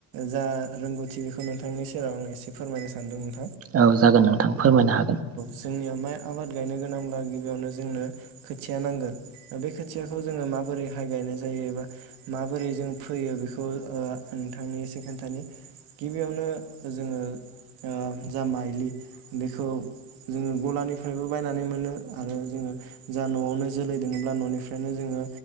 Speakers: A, on the right; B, on the right.
A: जा रोंगौथि बेखौ नोंथांनि सेराव आं एसे फोरमायनो सानदों नोंथ
B: औ जागोन नोंथां फोरमायनो हागोन।
A: जोंनिया माइ आबाद गायनो गोनांब्ला गिबियावनो जोंनो खोथिया नांगोन ओ बे खोथियाखौ जोङो माबोरैहाय गायनाय जायो एबा माबोरै जों फैयो बेखौ ओ नोंथांनि एसे खोन्थानि गिबियावनो जोङो ओ जा माइलि बेखौ जोङो गलानिफ्रायबो बायनानै मोनो आरो जोङो जा न'आवनो जोलै दङब्ला न'निफ्रायनो जोङो